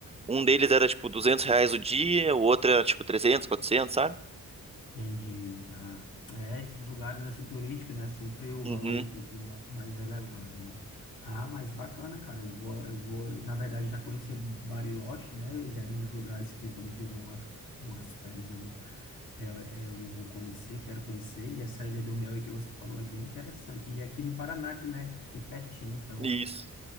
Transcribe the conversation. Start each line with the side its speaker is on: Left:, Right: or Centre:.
Right: Um deles era, tipo, 200 reais o dia, o outro era, tipo, trezentos, quatrocentos, sabe?
Left: Entendi. Ah, é, esses lugares assim turísticos, né? Sempre o
Right: Uhum,
Left: valor é um pouquinho ma- mais elevado, né? Ah, mas bacana, cara. Eu vou, eu vou, na verdade, eu já conhecia Bariloche, né? Já era um dos lugares que quando eu tiver uma, umas férias eu, é, é, eu vou conhecer, quero conhecer. E essa Ilha do Mel aí que você falou é bem interessante. E aqui no Paraná, que, né, que pertinho, então.
Right: isso.